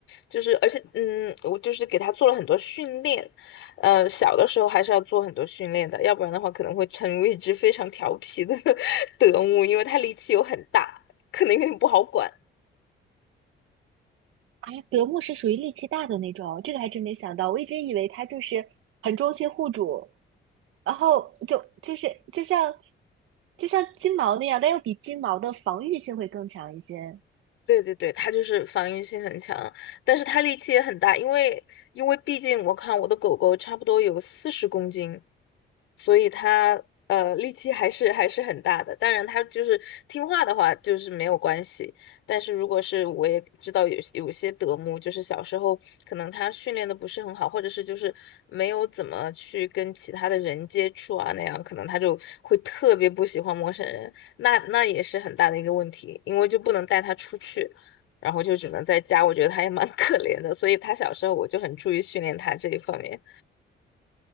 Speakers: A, on the left; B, on the right.
A: 就是而且嗯，我就是给它做了很多训练，呃，小的时候还是要做很多训练的，要不然的话可能会成为一只非常调皮的 <laughs> 德牧，因为它力气又很大，可能有点不好管。
B: 啊，德牧是属于力气大的那种，这个还真没想到。我一直以为它就是很忠心护主，然后就就是就像就像金毛那样，但又比金毛的防御性会更强一些。
A: 对对对，它就是防御性很强，但是它力气也很大，因为因为毕竟我看我的狗狗差不多有四十公斤，所以它呃力气还是还是很大的。当然，它就是听话的话就是没有关系，但是如果是我也知道有有些德牧，就是小时候可能它训练的不是很好，或者是就是没有怎么去跟其他的人接触啊那样，可能它就会特别不喜欢陌生人。那那也是很大的一个问题，因为就不能带他出去，然后就只能在家。我觉得他也蛮 <laughs> 可怜的，所以他小时候我就很注意训练他这一方面。